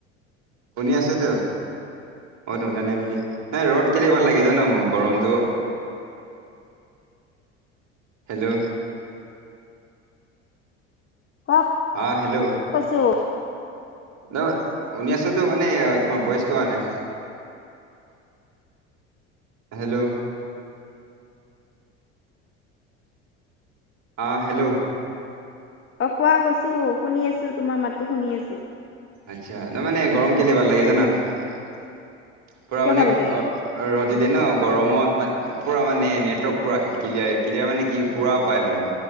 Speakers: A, on the right; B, on the left.
A: শুনি আছ ত। মইটো শুনা নাই বুলি নাই ৰ'দ কেলে ভাল লাগে জানো মোক গৰমটো। হেল্ল'।
B: কোৱা
A: অ হেল্ল'।
B: কৈছো
A: না শুনি আছটো মানে তোমাৰ ভয়েছটো আহা নাই। হেল্ল'। অ হেল্ল'।
B: অ কোৱা কৈছোঁ শুনি আছোঁ তোমাৰ মাতটো শুনি আছোঁ।
A: আচ্ছা ত মানে গৰম কেলে বাৰ লাগে জান। <unintelligible> পূৰা
B: কিয়
A: মানে
B: ভাল
A: ৰ
B: লাগিব
A: ৰ'দ দিলে ন গৰমত। মানে পূৰা মানে নেটৱৰ্ক পূৰা ক্লিয়াৰ ক্লিয়াৰ মানে কি পুৰাও পায় মানে।